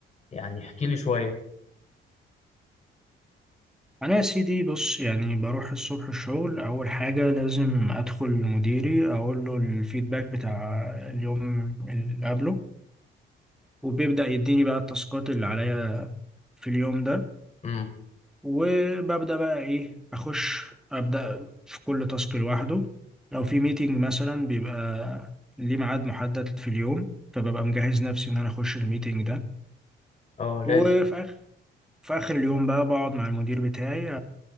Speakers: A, on the left; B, in the centre.
A: يعني احكي لي شوية
B: أنا يا سيدي بص يعني بروح الصبح الشغل أول حاجة لازم أدخل لمديري أقول له الفيدباك بتاع اليوم اللي قبله وبيبدأ يديني بقى التاسكات اللي عليا في اليوم ده
A: امم
B: وببدأ بقى إيه أخش أبدأ في كل تاسك لوحده لو في ميتنج مثلا بيبقى ليه ميعاد محدد في اليوم فببقى مجهز نفسي إن أنا أخش الميتنج ده
A: اه لازم
B: وفي آخر في آخر اليوم بقى بقعد مع المدير بتاعي